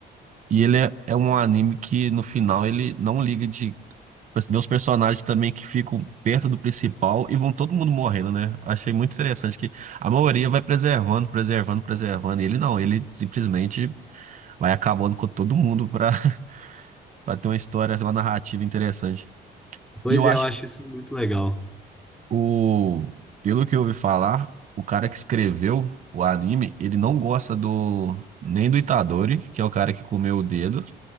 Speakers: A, on the right; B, in the centre.
A: E ele é, é um anime que no final ele não liga de. tipo Assim, tem uns personagens também que ficam perto do principal e vão todo mundo morrendo, né? Achei muito interessante que a maioria vai preservando, preservando, preservando. E ele não, ele simplesmente vai acabando com todo mundo pra, <laughs> pra ter uma história, uma narrativa interessante.
B: Pois
A: E eu
B: é,
A: acho
B: eu acho isso muito legal.
A: O, pelo que eu ouvi falar, o cara que escreveu o anime, ele não gosta do nem do Itadori, que é o cara que comeu o dedo,